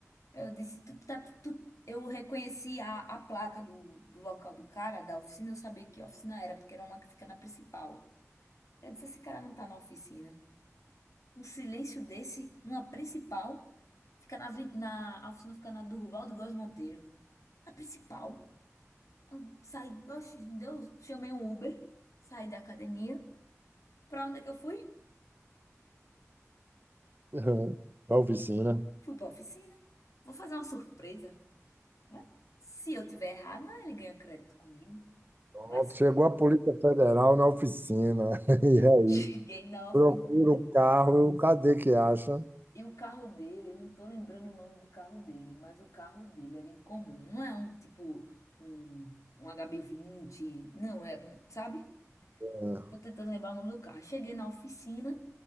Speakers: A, on the left; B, on the right.
A: Eu disse, tu, tá, tu, eu reconheci a, a placa do, do local do cara, da oficina, eu sabia que oficina era, porque era uma que fica na principal. Eu disse, esse cara não tá na oficina. Um silêncio desse, numa principal, fica na, aven- na, a oficina fica na Durval do Góes Monteiro. A principal. Eu saí, oxe, Deus, chamei um Uber, saí da academia. Pra onde é que eu fui?
B: <laughs> Para a oficina.
A: Fui pra oficina. Vou fazer uma surpresa, né? Se eu tiver errada, ele ganha crédito comigo.
B: Pronto,
A: Mais
B: Chegou a Polícia Federal na oficina. <laughs> E aí?
A: <laughs> Cheguei na oficina.
B: Procura o carro, eu, cadê que acha?
A: E o carro dele, eu não tô lembrando o nome do carro dele, mas o carro dele era incomum. Não é um tipo um, um HB20, não é, um, sabe?
B: É,
A: Tô tentando lembrar o nome do carro. Cheguei na oficina,